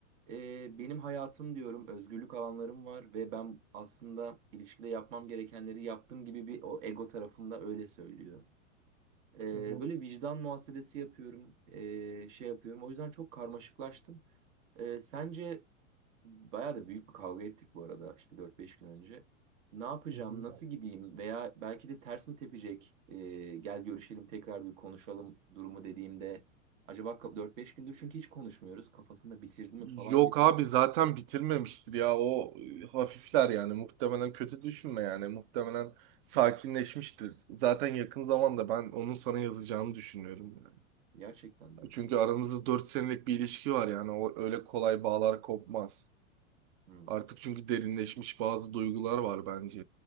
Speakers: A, on the right (about 60°); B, on the right (about 45°).
A: e, benim hayatım diyorum, özgürlük alanlarım var ve ben aslında ilişkide yapmam gerekenleri yaptım gibi bir o ego tarafımda öyle söylüyor. Ee,
B: Hı hı.
A: böyle vicdan muhasebesi yapıyorum, e, şey yapıyorum. O yüzden çok karmaşıklaştım. Ee, sence? Bayağı da büyük bir kavga ettik bu arada işte dört beş gün önce. Ne yapacağım,
B: Hı hı.
A: nasıl gideyim veya belki de ters mi tepecek, e, gel görüşelim tekrar bir konuşalım durumu dediğimde acaba ka- 4-5 gündür çünkü hiç konuşmuyoruz kafasında bitirdi mi
B: Yok
A: falan gibi
B: abi zaten bitirmemiştir ya. O e, hafifler yani. Muhtemelen kötü düşünme yani. Muhtemelen sakinleşmiştir. Zaten yakın zamanda ben onun sana yazacağını düşünüyorum yani.
A: gerçekten mi?
B: Çünkü aranızda 4 senelik bir ilişki var yani. O öyle kolay bağlar kopmaz.
A: Hmm,
B: Artık çünkü derinleşmiş bazı duygular var bence.